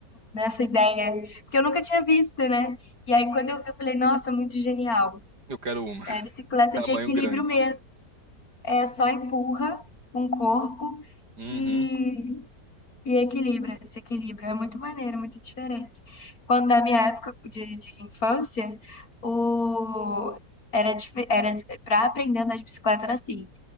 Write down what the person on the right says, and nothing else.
Eu quero uma.
Tamanho
grande.
Uhum,